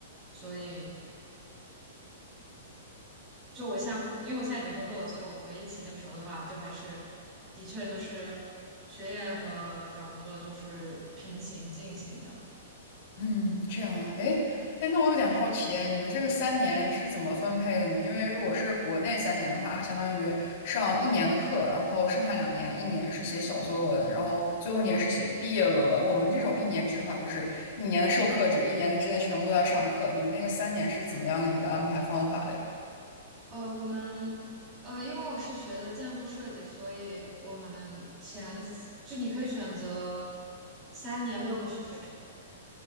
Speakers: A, on the right; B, on the left.
A: 所以就我现在回，因为我现在已经工作了，所以我回忆起那个时候的话，就还是的确就是学业和找工作就是平行进行的。
B: 嗯，这样啊，哎，哎，那我有点好奇，你们这个三年是怎么分配的呢？因为如果是国内三年的话，相当于上一年的课，然后剩下两年，一年是写小作文，然后最后一年是写毕业论文。我们这种一年制的话，就是一年的授课制，一年的之内全部都在上课。你们那个三年是怎么样的一个安排方法嘞？
A: 呃，我们呃，因为我是学的建筑设计，所以我们前四就你可以选择三年六个学